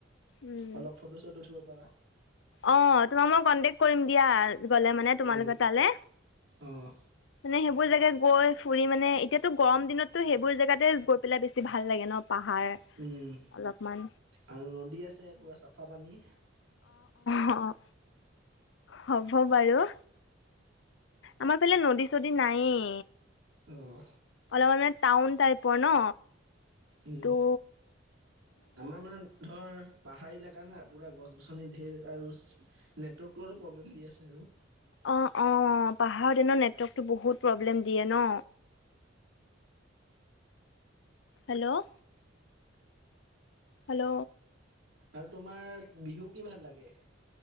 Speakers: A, on the left (about 65°); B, on the right (about 85°).
A: উম
B: অলপ ফটো-চটো উঠিব পাৰা।
A: অ, তোমাক মই কন্টেক্ট কৰিম দিয়া, গ'লে মানে তোমালোকে
B: উম
A: তালৈ।
B: অ'
A: মানে সেইবোৰ জেগাত গৈ ফুৰি মানে, এতিয়াতো গৰম দিনতটো সেইবোৰ জেগাতে গৈ পেলাই বেছি বেছি ভাল লাগে ন! পাহাৰ
B: উম,
A: অলপমান
B: আৰু নদী আছে, পুৰা চাফা পানী।
A: অঁ, হ'ব বাৰু! আমাৰ ফালে নদী-চদী নায়েই।
B: উম।
A: অলপ মানে টাউন টাইপৰ ন!
B: উম
A: তো
B: আমাৰ মানে ধৰ পাহাৰ এলেকা না, পুৰা গছ-গছনি ধেৰ আৰু নেটৱৰ্কটো অলপ প্ৰব্লেম দি আছে আৰু।
A: অ, অ, পাহাৰত এনেও নেটৱৰ্কটো বহুত প্ৰব্লেম দিয়ে ন! হেল্ল'! হেল্ল'!
B: আৰু তোমাৰ বিহু কি ভাল লাগে?